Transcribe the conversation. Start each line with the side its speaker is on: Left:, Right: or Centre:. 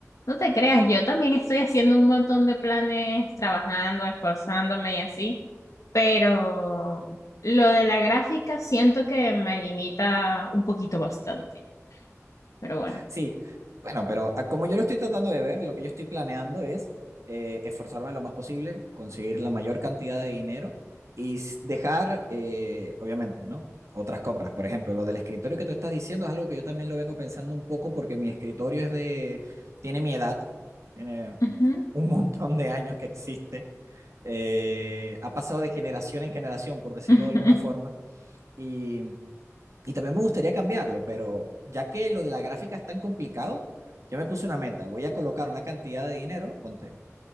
Left: No te creas, yo también estoy haciendo un montón de planes, trabajando, esforzándome y así, pero lo de la gráfica siento que me limita un poquito bastante, pero bueno.
Right: Sí, bueno, pero a- como yo lo estoy tratando de ver, lo que yo estoy planeando es eh, esforzarme lo más posible, conseguir la mayor cantidad de dinero y s- dejar, eh, obviamente, ¿no? Otras compras. Por ejemplo, lo del escritorio que tú estás diciendo es algo que yo también lo vengo pensando un poco porque mi escritorio es de, tiene mi edad, tiene
Left: Ujú.
Right: un montón de años que existe. eh, ha pasado de generación en generación, por decirlo
Left: <laughs>
Right: de alguna forma, y y también me gustaría cambiarlo, pero ya que lo de la gráfica es tan complicado, yo me puse una meta. Voy a colocar una cantidad de dinero, ponte